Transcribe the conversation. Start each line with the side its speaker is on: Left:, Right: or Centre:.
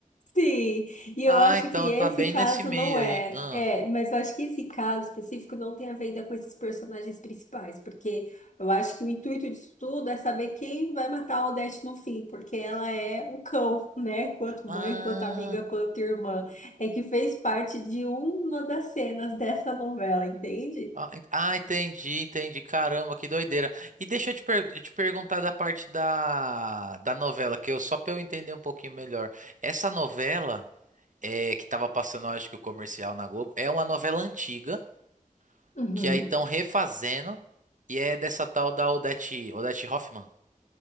Left: Sim, e
Right: Ah,
Left: eu acho
Right: então
Left: que esse
Right: tá bem
Left: caso
Right: nesse meio
Left: não é.
Right: aí. Ah,
Left: É, mas eu acho que esse caso específico não tem a ver ainda com esses personagens principais, porque eu acho que o intuito disso tudo é saber quem vai matar a Odete no fim, porque ela é o cão, né? Quanto
Right: ah,
Left: mãe, quanto amiga, quanto irmã. É que fez parte de uma das cenas dessa novela, entende?
Right: ah, en- ah, entendi, entendi. Caramba, que doideira. E deixa eu te, per- te perguntar da parte da, da novela, que eu só pra eu entender um pouquinho melhor. Essa novela é que tava passando, eu acho que o comercial na Globo, é uma novela antiga
Left: Uhum.
Right: que aí estão refazendo e é dessa tal da Odete, Odete Roitman.